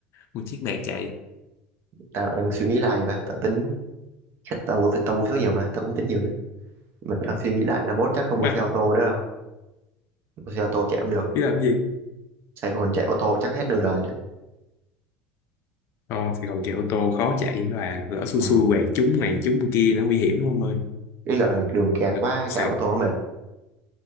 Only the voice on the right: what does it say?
tao đang suy nghĩ lại và tao tính chắc tao mua tao mua số nhiều mà tao cũng tính nhiều đấy mà tao đang suy nghĩ lại là mốt chắc không
mua xe ô tô nữa đâu mua xe ô tô chạy không được
Sài Gòn chạy ô tô chắc hết nửa đời đấy
Ừ.
ý là đường kẹt
quá
chạy ô tô nó mệt